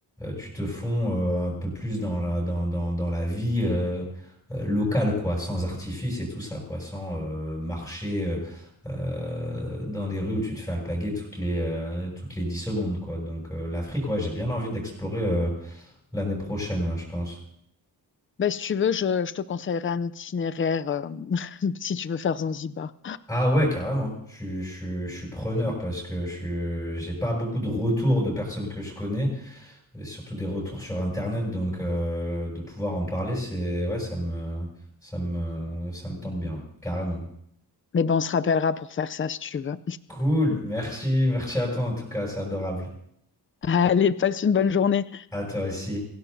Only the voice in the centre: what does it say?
tu te fonds euh, un peu plus dans la, dans, dans, dans la vie euh, euh, locale, quoi, sans artifice et tout ça, quoi, sans euh, marcher euh, euh, dans des rues où tu te fais alpaguer toutes les, euh, toutes les 10 secondes, quoi. Donc euh, l'Afrique, ouais, j'ai bien envie d'explorer euh, l'année prochaine, ouais, je pense.
Ah ouais, carrément. Je, suis je suis- je suis preneur parce que je suis- j'ai pas beaucoup de retours de personnes que je connais, et surtout des retours sur Internet, donc euh, de pouvoir en parler, c'est ouais, ça me ça me ça me tente bien, ouais, carrément.
Cool, merci, merci à toi en tout cas, c'est adorable.
À toi aussi.